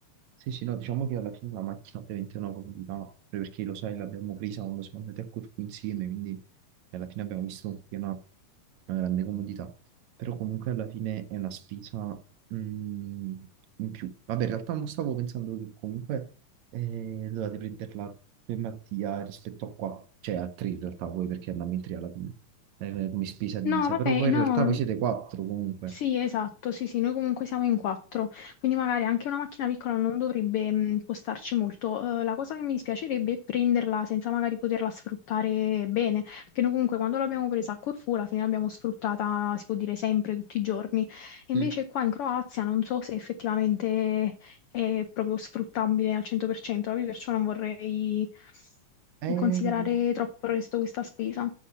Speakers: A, on the right (about 75°); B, on the left (about 90°).
A: Sì, sì, no, diciamo che alla fine la macchina ovviamente è una comodità, proprio perché lo sai, l'abbiamo presa quando siamo andati a Corfu insieme, quindi alla fine abbiamo visto che è una, una grande comodità. Però comunque alla fine è una spesa mm, in più. Vabbè, in realtà non stavo pensando che comunque eh, dovete prenderla per Mattia rispetto a qua, cioè a tre in realtà voi perché andiamo in tre alla fine, eh, come spesa divisa,
B: No, vabbè,
A: però poi
B: no.
A: in realtà voi siete quattro comunque.
B: Sì, esatto, sì, sì, noi comunque siamo in quattro, quindi magari anche una macchina piccola non dovrebbe mh, costarci molto. Eh, la cosa che mi dispiacerebbe è prenderla senza magari poterla sfruttare bene, perché noi comunque quando l'abbiamo presa a Corfù alla fine l'abbiamo sfruttata, si può dire, sempre, tutti i giorni. E
A: Sì.
B: invece qua in Croazia non so se effettivamente è proprio sfruttabile al 100%, proprio perciò non vorrei
A: Ehm,
B: considerare troppo presto questa spesa.